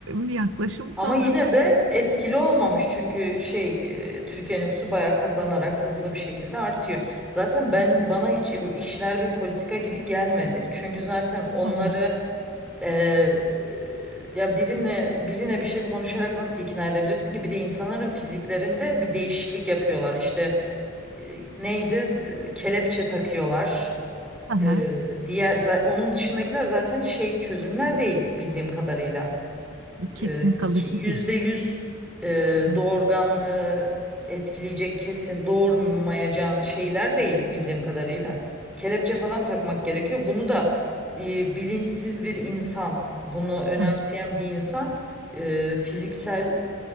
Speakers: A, on the right; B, in the centre.
A: bir yaklaşım sonradan.
B: Ama yine de etkili olmamış çünkü şey e, Türkiye nüfusu bayağı katlanarak hızlı bir şekilde artıyor. Zaten ben bana hiç bu işler bir politika gibi gelmedi. Çünkü zaten onları
A: <laughs> Evet.
B: e, ya birine birine bir şey konuşarak nasıl ikna edebilirsin ki? Bir de insanların fiziklerinde bir değişiklik yapıyorlar. İşte e, neydi? E, Kelepçe takıyorlar.
A: Hı hı,
B: E,
A: Evet. Aha,
B: diğer za- onun dışındakiler zaten şey çözümler değil bildiğim kadarıyla
A: kesin
B: e,
A: kalıcı
B: ki- yüzde
A: değil.
B: yüz e,
A: Aha,
B: doğurganlığı etkileyecek kesin doğurmayacağın şeyler değil bildiğim kadarıyla.
A: evet.
B: Kelepçe falan takmak gerekiyor. Bunu da e, bilinçsiz bir insan, bunu önemseyen
A: Aha,
B: bir insan e, fiziksel